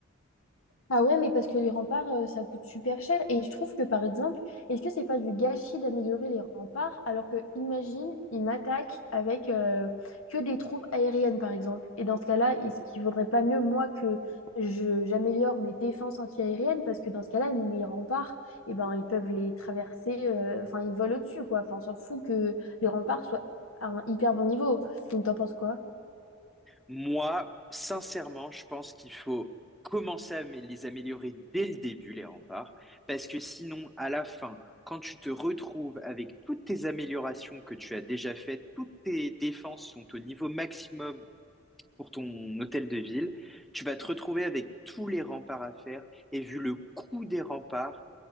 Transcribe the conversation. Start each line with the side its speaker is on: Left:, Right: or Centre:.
Left: Ah ouais, mais parce que les remparts, euh, ça coûte super cher. Et je trouve que, par exemple, est-ce que c'est pas du gâchis d'améliorer les remparts alors que, imagine, ils m'attaquent avec euh, que des troupes aériennes, par exemple. Et dans ce cas-là, est-ce qu'il vaudrait pas mieux, moi, que je, j'améliore mes défenses anti-aériennes parce que dans ce cas-là, mes remparts, eh ben, ils peuvent les traverser, euh, enfin, ils volent au-dessus, quoi. Enfin, on s'en fout que les remparts soient à un hyper bon niveau. Donc, t'en penses quoi?
Centre: Moi, sincèrement, je pense qu'il faut commencer à amé- les améliorer dès le début, les remparts, parce que sinon, à la fin, quand tu te retrouves avec toutes tes améliorations que tu as déjà faites, toutes tes défenses sont au niveau maximum pour ton hôtel de ville, tu vas te retrouver avec tous les remparts à faire, et vu le coût des remparts,